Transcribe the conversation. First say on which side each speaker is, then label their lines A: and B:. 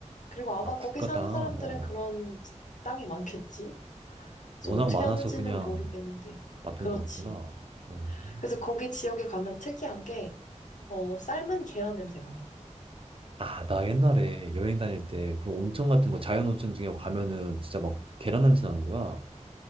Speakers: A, on the left (about 80°); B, on the right (about 45°).
A: 그리고 아마
B: 아, 국가
A: 거기 사는
B: 땅.
A: 사람들은
B: 어,
A: 그런
B: 어.
A: 땅이 많겠지? 그래서
B: 워낙
A: 어떻게
B: 많아서
A: 하는지는
B: 그냥
A: 모르겠는데.
B: 맛도
A: 그렇지.
B: 나오구나. 음.
A: 그래서 거기 지역에 가면 특이한 게, 어, 삶은 계란 냄새가 나.
B: 아, 나 옛날에 여행 다닐 때 그런 온천 같은 거 자연 온천 중에 가면은 진짜 막 계란 냄새 나는 거야.